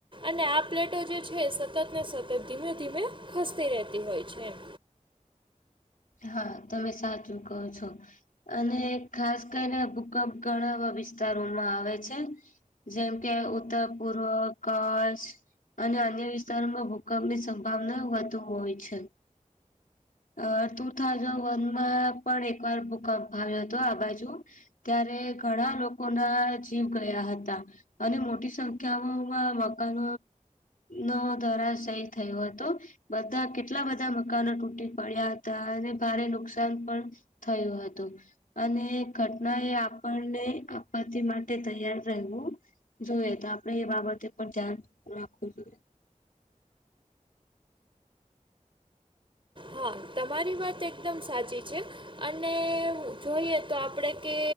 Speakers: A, on the right (about 40°); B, on the left (about 85°).
A: અને આ પ્લેટો જે છે, સતત સતત ધીમે ખસતી રહેતી હોય છે એમ.
B: હા તમે સાચું કહો છો. અને ખાસ કરીને ભૂકંપ ઘણા વિસ્તારોમાં આવે છે. જેમ કે ઉત્તર પૂર્વ કચ્છ અને અન્ય વિસ્તારોમાં ભૂકંપની સંભાવના વધુ હોય છે. અ ટુ થાઉઝન્ડ વનમાં પણ એકવાર પણ એક વાર ભૂંકપ આવ્યો હતો આ બાજુ ત્યારે ઘણા લોકો ના જીવ ગયા હતા. અને મોટી સંખ્યાઓમાં મકાન નવો ધરાશાયી થયો હતો. બધા કેટલા બધા મકાનો તૂટી પડ્યા હતા. અને ભારે નુકસાન પણ થયું હતું. અને ઘટના એ આપણને આપત્તિ માટે તૈયાર રેહવું જોઈએ તો આપણે એ બાબતે પણ ધ્યાન રાખવું જોઈએ.
A: હા તમારી વાત એકદમ સાચી છે. અને જોઈએ તો આપડે કે